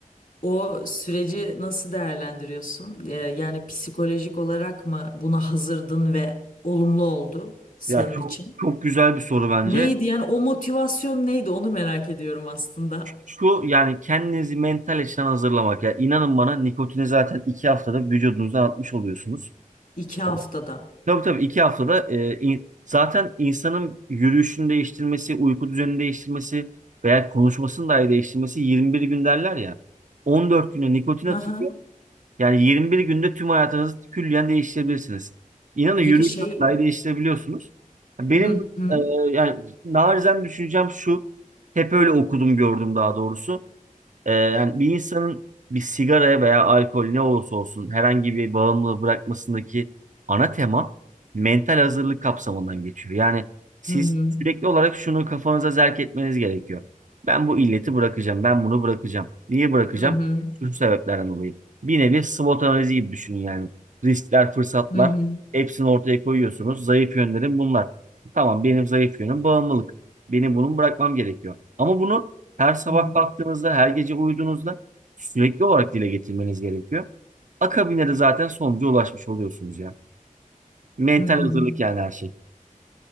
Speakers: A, on the left (about 70°); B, on the right (about 65°).
A: o süreci nasıl değerlendiriyorsun? E, yani psikolojik olarak mı buna hazırdın ve olumlu oldu senin
B: Ya çok
A: için?
B: çok güzel bir soru bence.
A: Neydi yani o motivasyon neydi onu merak ediyorum aslında.
B: Şu yani kendinizi mental açıdan hazırlamak. Ya inanın bana nikotini zaten iki haftada vücudunuzdan atmış oluyorsunuz.
A: İki haftada.
B: Evet. Tabii tabii iki haftada e, in- zaten insanın yürüyüşünü değiştirmesi, uyku düzenini değiştirmesi veya konuşmasını dahi değiştirmesi 21 gün derler ya. 14 güne nikotin atılıyor.
A: Hı hı.
B: Yani 21 günde tüm hayatınızı külliyen değiştirebilirsiniz. İnanın
A: Peki
B: yürüyüşünü
A: şey
B: dahi değiştirebiliyorsunuz. Benim
A: Hı hı, hı
B: e, yani narizen düşüncem şu. Hep öyle okudum gördüm daha doğrusu. Ee, yani bir insanın bir sigaraya veya alkol ne olursa olsun herhangi bir bağımlılığı bırakmasındaki ana tema mental hazırlık kapsamından geçiyor. Yani siz
A: hı,
B: sürekli olarak şunu kafanıza zerk etmeniz gerekiyor. Ben bu illeti bırakacağım, ben bunu bırakacağım. Niye bırakacağım?
A: hı hı,
B: Şu sebeplerden dolayı. Bir nevi SWOT analizi gibi düşünün yani. Riskler, fırsatlar
A: hı hı,
B: hepsini ortaya koyuyorsunuz. Zayıf yönlerim bunlar. Tamam benim zayıf yönüm bağımlılık. Benim bunu bırakmam gerekiyor. Ama bunu her sabah
A: hı hı,
B: kalktığınızda, her gece uyuduğunuzda sürekli olarak dile getirmeniz gerekiyor. Akabinde de zaten sonuca ulaşmış oluyorsunuz ya. Mental
A: hı hı.
B: hazırlık yani her şey.